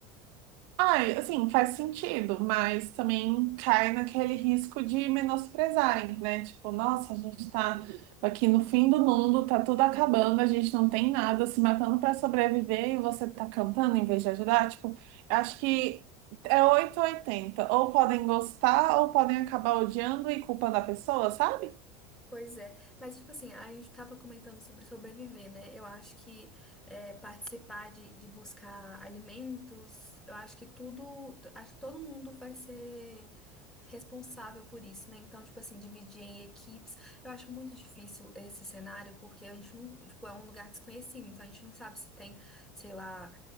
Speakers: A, on the right; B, in the centre.
A: Ai, assim, faz sentido, mas também cai naquele risco de menosprezarem, né? Tipo, nossa, a gente tá aqui no fim do mundo, tá tudo acabando, a gente não tem nada, se matando pra sobreviver e você tá cantando em vez de ajudar. Tipo, eu acho que é 8 ou 80. Ou podem gostar, ou podem acabar odiando e culpando a pessoa, sabe?
B: Pois é, mas tipo assim, a gente estava comentando sobre sobreviver, né? Eu acho que é, participar de, de buscar alimentos, eu acho que tudo, acho que todo mundo vai ser responsável por isso, né? Então, tipo assim, dividir em equipes, eu acho muito difícil esse cenário, porque a gente não, tipo, é um lugar desconhecido, então a gente não sabe se tem, sei lá,